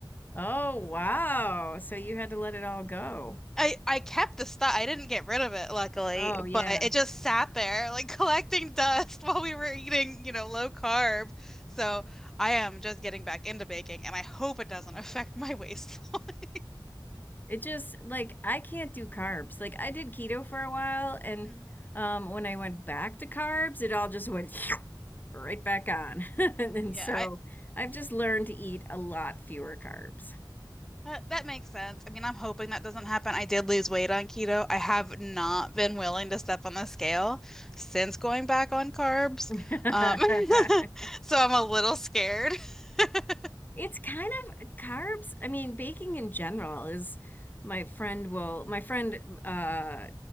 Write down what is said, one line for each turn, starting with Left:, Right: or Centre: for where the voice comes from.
Left: Oh, wow. So you had to let it all go.
Centre: I I kept the stuff. I didn't get rid of it, luckily,
Left: Oh, yeah.
Centre: but it just sat there like <laughs> collecting dust while we were eating, you know, low carb. So I am just getting back into baking, and I hope it doesn't <laughs> affect my waistline. <laughs>
Left: It just like I can't do carbs. Like I did keto for a while and
Centre: Mm.
Left: um when I went back to carbs, it all just went <laughs> right back on. <laughs> And
Centre: Yeah,
Left: so
Centre: I
Left: I've just learned to eat a lot fewer carbs.
Centre: that, that makes sense. I mean, I'm hoping that doesn't happen. I did lose weight on keto. I have not been willing to step on the scale since going back on carbs.
Left: <laughs>
Centre: Um, <laughs> so I'm a little scared. <laughs>
Left: It's kind of carbs. I mean, baking in general is my friend will, my friend, uh,